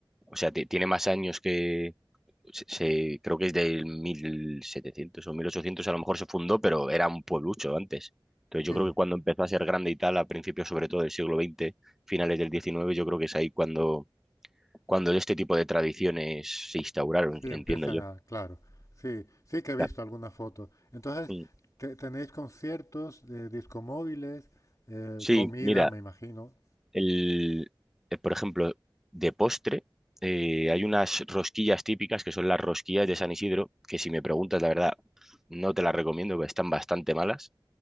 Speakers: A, in the centre; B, on the left.
A: o sea, ti- tiene más años que... se- se- creo que es del 1700 o 1800 a lo mejor se fundó, pero era un pueblucho antes. Entonces
B: sí.
A: yo creo que cuando empezó a ser grande y tal, a principios sobre todo del siglo XX, finales del XIX, yo creo que es ahí cuando, cuando este tipo de tradiciones se instauraron,
B: Sí,
A: entiendo
B: empiezan
A: yo.
B: a, claro. Sí, sí que he visto
A: Ta-
B: algunas fotos. Entonces,
A: mm.
B: te- tenéis conciertos de discomóviles, eh,
A: Sí,
B: comida,
A: mira,
B: me imagino.
A: El, eh, por ejemplo, de postre, eh, hay unas rosquillas típicas que son las rosquillas de San Isidro, que si me preguntas, la verdad, no te las recomiendo, porque están bastante malas.